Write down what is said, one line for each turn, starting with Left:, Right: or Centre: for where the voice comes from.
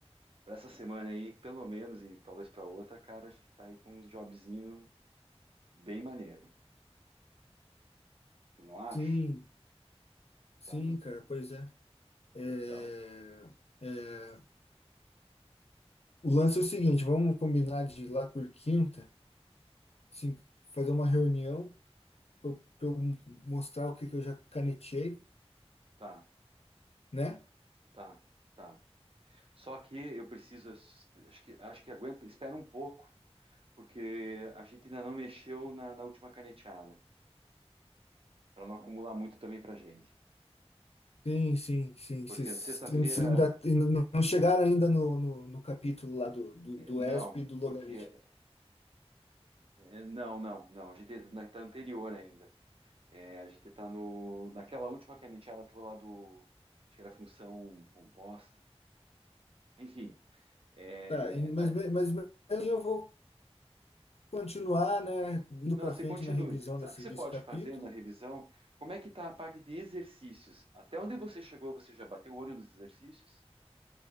Right: para essa semana aí, pelo menos, e talvez para outra, cara, a gente tá aí com uns jobzinho bem maneiro. Tu não acha?
Left: Sim, sim,
Right: Tá,
Left: cara, pois é. É,
Right: então,
Left: é, O lance é o seguinte, vamos combinar de ir lá por quinta, sim, fazer uma reunião para eu pra eu mostrar o que que eu já canetei,
Right: tá,
Left: né?
Right: tá, tá. Só que eu preciso, acho que, acho que aguento, espera um pouco. porque a gente ainda não mexeu na, na última caneteada, para não acumular muito também para a gente.
Left: Sim, sim, sim.
Right: Porque
Left: Vocês
Right: sexta-feira,
Left: ainda, ainda não chegaram ainda no, no, no capítulo lá do, do,
Right: eh,
Left: do
Right: não,
Left: ESP e do logaritmo.
Right: porque eh, não, não, não, a gente está anterior ainda. Eh, a gente está no, naquela última caneteada tua lá do, acho que era função composta. Enfim, eh,
Left: Tá, e- mas,
Right: a-
Left: me- mas mesmo assim eu vou continuar, né, indo
Right: não,
Left: para
Right: você
Left: frente
Right: continue.
Left: na revisão
Right: Sabe
Left: desse,
Right: o que você
Left: desse
Right: pode
Left: capítulo.
Right: fazer na revisão? Como é que está a parte de exercícios? Até onde você chegou, você já bateu o olho nos exercícios?